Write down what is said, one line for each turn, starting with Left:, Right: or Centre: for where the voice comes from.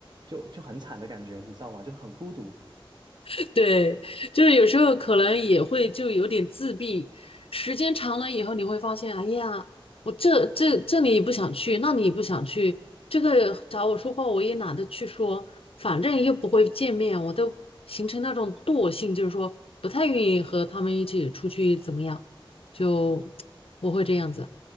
Right: 就就很惨的感觉，你知道吗？就很孤独。
Left: <laughs> 对，就是有时候可能也会就有点自闭，时间长了以后你会发现，哎呀，我这这这里不想去，那里也不想去，这个找我说话我也懒得去说，反正又不会见面，我都形成那种惰性，就是说不太愿意和他们一起出去怎么样，就我会这样子，